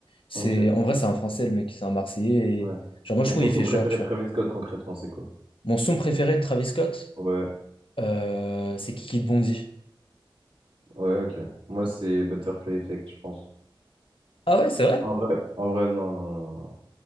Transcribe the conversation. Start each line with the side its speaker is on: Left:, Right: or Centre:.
Left: C'est,
Right: Ok,
Left: en vrai, c'est un français, le mec, c'est un Marseillais. Et...
Right: ouais.
Left: Genre, moi
Right: Mais
Left: je trouve
Right: ton
Left: il
Right: son
Left: fait
Right: préféré
Left: genre, tu
Right: de
Left: vois.
Right: Travis Scott concrètement, c'est quoi?
Left: Mon son préféré de Travis Scott,
Right: Ouais,
Left: euh, c'est Kiki de Bondy.
Right: ouais, ok. Moi c'est Butterfly Effect, je pense.
Left: Ah ouais, c'est vrai?
Right: En vrai, en vrai, non, non, non, non.